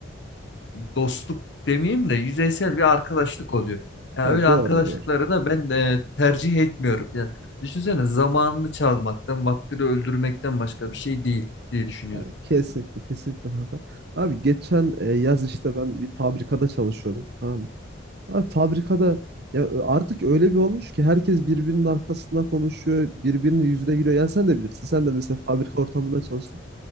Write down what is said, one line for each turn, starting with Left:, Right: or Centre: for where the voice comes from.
Left: dostluk demeyeyim de yüzeysel bir arkadaşlık oluyor. Yani
Right: Ha,
Left: öyle
Right: doğru
Left: arkadaşlıkları
Right: doğru.
Left: da ben e, tercih etmiyorum. Yani düşünsene zamanını çalmaktan, vaktini öldürmekten başka bir şey değil diye düşünüyorum.
Right: Yani kesinlikle kesinlikle kanka. Abi geçen e, yaz işte ben bir fabrikada çalışıyordum. Tamam mı? Abi fabrikada ya ö- artık öyle bir olmuş ki herkes birbirinin arkasından konuşuyor, birbirinin yüzüne gülüyor. Yani sen de bilirsin. Sen de mesela fabrika ortamında çalıştın.